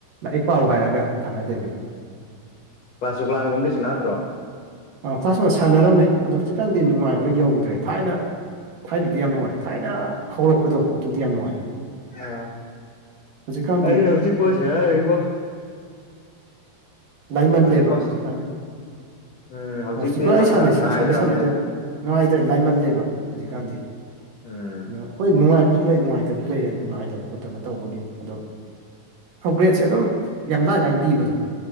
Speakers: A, on the right; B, on the left.
A: ꯂꯥꯏꯔꯤꯛ ꯄꯥꯎ ꯍꯥꯏꯔꯒ ꯁꯥꯟꯅ ꯂꯩꯕꯒꯤ
B: ꯀ꯭ꯂꯥꯁ ꯑꯣꯐ ꯀꯂꯥꯟꯒꯨꯝꯕꯗꯤ ꯁꯥꯟꯅꯗ꯭ꯔꯣ
A: ꯑꯥ ꯀ꯭ꯂꯥꯁ ꯑꯣ ꯁꯥꯟꯅꯔꯝꯃꯦ ꯑꯗꯣ ꯍꯧꯖꯤꯛꯀꯥꯟꯗꯤ ꯅꯨꯡꯉꯥꯏꯕ ꯌꯧꯗ꯭ꯔꯦ ꯊꯥꯏꯅ ꯊꯥꯏꯅꯗꯤ ꯌꯥꯝ ꯅꯨꯡꯉꯥꯏ ꯊꯥꯏꯅ ꯍꯧꯔꯛꯄꯗꯣ ꯑꯗꯨꯗꯤ ꯌꯥꯝ ꯅꯨꯡꯉꯥꯏ
B: ꯑꯥ
A: ꯍꯧꯖꯤꯛꯀꯥꯟꯗꯤ
B: ꯑꯩꯗꯤ ꯍꯧꯖꯤꯛꯄꯣ ꯁꯥꯟꯅ ꯂꯩꯔꯤꯕꯣ
A: ꯂꯥꯏꯃꯜꯂꯦꯕ
B: ꯍꯧꯖꯤꯛꯐꯥꯎ
A: ꯍꯧꯖꯤꯛꯀꯥꯟ
B: ꯎꯝ ꯍꯧꯖꯤꯛꯇꯤ
A: ꯍꯧꯖꯤꯛꯀꯥꯟ ꯑꯩ ꯁꯥꯟꯅꯩ ꯁꯥ
B: ꯉꯥꯏꯗ꯭ꯔꯕꯅꯦ
A: ꯁꯥꯟꯅꯗꯤ ꯁꯥꯟꯅꯩ ꯑꯗꯣ ꯉꯥꯏꯗ ꯂꯥꯏꯃꯜꯂꯦꯕ ꯍꯧꯖꯤꯛꯀꯥꯟꯗꯤ
B: ꯎꯝ
A: ꯑꯥ ꯍꯣꯏ ꯅꯨꯡꯉꯥꯏꯕꯁꯨ ꯂꯩ ꯅꯨꯡꯉꯥꯏꯇꯕꯁꯨ ꯂꯩ ꯑꯗꯨ ꯉꯥꯏꯗꯕ ꯈꯣꯠꯇꯕ ꯇꯧꯕꯒꯤ ꯑꯗꯣ ꯑꯞꯒ꯭ꯔꯦꯗꯁꯦ ꯑꯗꯨꯝ ꯌꯥꯝ ꯂꯥꯏ ꯂꯥꯏꯅ ꯄꯤꯕꯗꯣ